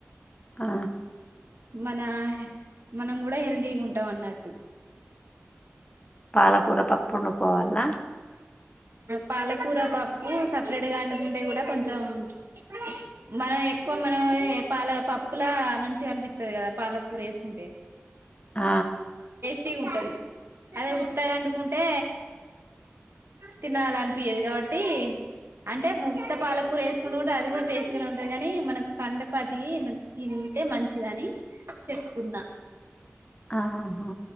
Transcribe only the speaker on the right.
మన మనం కూడా హెల్తీగా ఉంటాం అన్నట్టు
పాలకూర పప్పు సపరేట్ గా వండుకుంటే కూడా కొంచెం చెం మనం ఎక్కువ మన పాల పప్పులా మంచిగా అనిపిత్తది కదా వాలక్ కూర్ వేసుంటే
చి ఉంటది అదే ఉత్తగ అండుకుంటే తినాలనిపియదు కాబట్టి అంటే ముక్త పాలకూర వేసుకుంటూ కూడాంటే అది కూడా టేస్టీ గానే ఉంటది కాగానీ మనకు కందకాతి త అంటే మంచిదని చెప్పుకున్నా